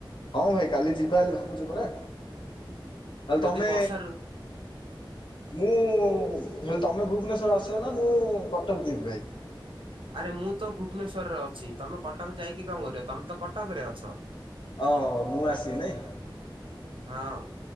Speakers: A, on the left (about 65°); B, on the right (about 85°).
A: ହଁ ଭାଇ କାଲି ଯିବା ହେ ଭାବୁଛୁ ପରା। ତାଲେ
B: ଯଦି
A: ତମେ
B: ବର୍ଷା ଋ
A: ମୁଁ ହେଲେ ତମେ ଭୁବନେଶ୍ୱର ଆସିବ ନା ମୁଁ କଟକ ଯିବି ଭାଇ।
B: ଆରେ ମୁଁ ତ ଭୁବନେଶ୍ୱରରେ ଅଛି ତମେ କଟକ ଯାଇକି କଣ କରିବ ତମେ ତ କଟକ ରେ ଅଛ।
A: ଓହୋ ମୁଁ ଆସି ନାଇଁ।
B: ହଁ।